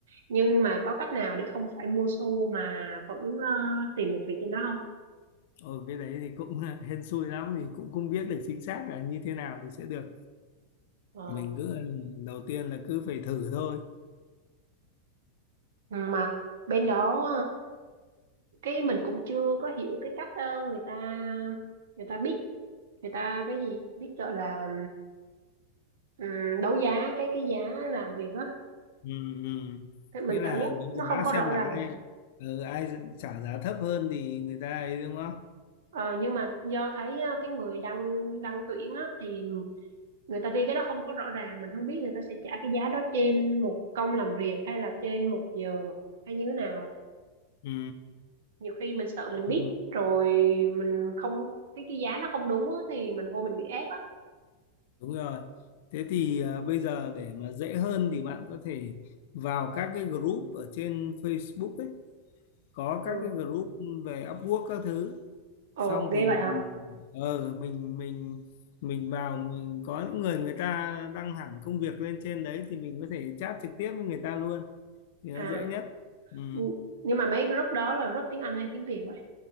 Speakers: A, on the right (about 60°); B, on the left (about 50°).
A: Nhưng mà có cách nào để không phải mua xu mà vẫn ờ, tìm được việc trên đó không?
B: ở cái đấy thì cũng <laughs> hên xui lắm thì cũng không biết được chính xác là như thế nào thì sẽ được
A: Ờ.
B: mình cứ ờ, đầu tiên là cứ phải thử thôi
A: Ừ, mà bên đó ờ, cái mình cũng chưa có hiểu cái cách ờ, người ta người ta biết người ta cái gì biết gọi là ừm, đấu giá cái cái giá làm việc á
B: ừ, ừ.
A: Thế mình
B: nghĩa là
A: cảm giác
B: đấu
A: nó không
B: giá
A: có rõ
B: xem là
A: ràng
B: ai ừ, ai trả giá thấp hơn thì người ta ấy đúng không
A: Ờ, nhưng mà do thấy ờ, cái người đăng đăng tuyển á thì người ta ghi cái đó không có rõ ràng mình không biết người ta sẽ trả cái giá đó trên một công làm việc hay là trên một giờ hay như thế nào
B: ừ.
A: nhiều khi mình sợ mình
B: Ừ.
A: biết rồi mình không cái cái giá nó không đúng á, thì mình vô mình bị ép á
B: Đúng rồi. Thế thì à, bây giờ để mà dễ hơn thì bạn có thể vào các cái group ở trên Facebook ấy, có
A: ừ
B: các cái group về Upwork các thứ.
A: Ồ,
B: Xong
A: ghê
B: thì
A: vậy
B: mình-
A: hả?
B: ờ mình mình mình vào mình có những người người ta đăng hẳn công việc lên trên đấy thì mình có thể chat trực tiếp với người ta luôn thì nó
A: À,
B: dễ nhất. Ừ,
A: n- nhưng mà mấy group đó là group tiếng Anh hay tiếng Việt vậy?